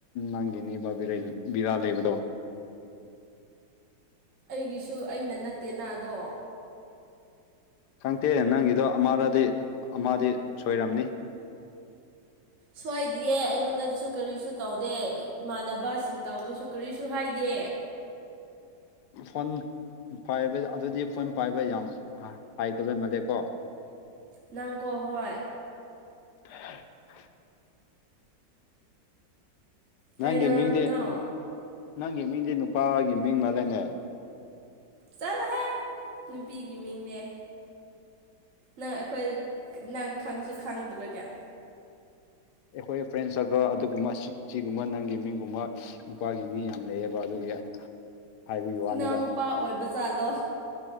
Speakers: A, on the left; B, on the right.
A: ꯅꯪꯒꯤꯅꯦꯕ ꯕꯤꯔꯥꯜ ꯂꯩꯕꯗꯣ
B: ꯑꯩꯒꯤꯁꯨ ꯑꯩꯅ ꯅꯠꯇꯦ ꯅꯅꯥꯗꯣ
A: ꯈꯪꯗꯦꯅꯦ ꯅꯪꯒꯤꯗꯣ ꯑꯃꯗꯗꯤ ꯑꯃꯗꯤ ꯁꯣꯏꯔꯝꯅꯤ
B: ꯁꯣꯏꯗꯤꯌꯦ ꯑꯩꯉꯣꯟꯗꯁꯨ ꯀꯔꯤꯁꯨ ꯇꯧꯗꯦ ꯏꯃꯥꯟꯅꯕꯁꯤꯡ ꯇꯧꯕꯁꯨ ꯀꯔꯤꯁꯨ ꯍꯥꯏꯗꯦ
A: ꯐꯣꯟ ꯄꯥꯏꯕ ꯑꯗꯨꯗꯤ ꯐꯣꯟ ꯄꯥꯏꯕ ꯌꯥꯝ ꯍꯥꯏꯇꯕꯩ ꯃꯥꯜꯂꯦꯀꯣ
B: ꯅꯪꯀꯣ ꯍꯣꯏ
A: <inaudible> ꯅꯒꯤ
B: ꯀꯩꯗꯧꯔꯝꯃꯤꯅꯣ
A: ꯃꯤꯗꯤ ꯅꯪꯒꯤ ꯃꯤꯡꯗꯤ ꯅꯨꯄꯥꯒꯤ ꯃꯤꯡ ꯃꯥꯜꯂꯅꯦ
B: ꯆꯠꯂꯣꯍꯦ ꯅꯨꯄꯤꯒꯤ ꯃꯤꯡꯅꯦ ꯅꯪ ꯑꯩꯈꯣꯏ ꯅꯪ ꯈꯪꯁꯨ ꯈꯪꯗ꯭ꯔꯒꯥ
A: ꯑꯩꯈꯣꯏ ꯐ꯭ꯔꯦꯟ ꯁꯔꯀꯜ ꯑꯗꯨꯒꯨꯝꯕ ꯁꯤꯒꯨꯝꯕ ꯅꯪꯒꯤ ꯃꯤꯡꯒꯨꯝꯕ ꯅꯨꯄꯥꯒꯤ ꯃꯤ ꯌꯥꯝ ꯂꯩꯑꯕ ꯑꯗꯨꯒꯤ ꯍꯥꯏꯕꯒꯤ ꯋꯥꯅꯤꯗ
B: ꯏꯅꯥꯎꯅꯨꯄꯥ ꯑꯣꯏꯕ ꯖꯥꯠꯂꯣ